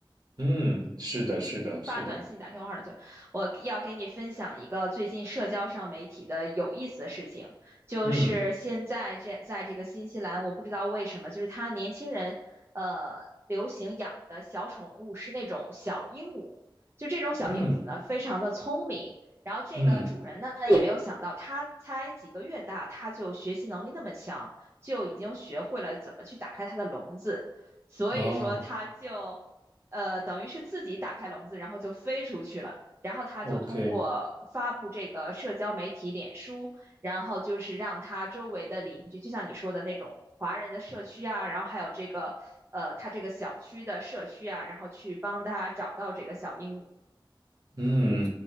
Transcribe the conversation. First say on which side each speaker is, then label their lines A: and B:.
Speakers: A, on the right; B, on the right.
A: 嗯，是的，是的，是的，
B: 发短信、打电话的最，我要给你分享一个最近社交上媒体的有意思的事情，就是现在这在这个新西兰，
A: 嗯
B: 我不知道为什么，就是他年轻人呃流行养的小宠物是那种小鹦鹉，就这种小鹦鹉呢，
A: 嗯
B: 非常的聪明。然后这个主人呢，
A: 嗯。
B: 也没有想到，它才几个月大，它就学习能力那么强，就已经学会了怎么去打开它的笼子，所以说他就
A: 哦
B: 呃，等于是自己打开笼子，然后就飞出去了。然后他就通过发布这个社交媒体脸书，
A: ，OK，
B: 然后就是让他周围的邻居，就像你说的那种华人的社区啊，然后还有这个呃他这个小区的社区啊，然后去帮他找到这个小鹦鹉。
A: 嗯，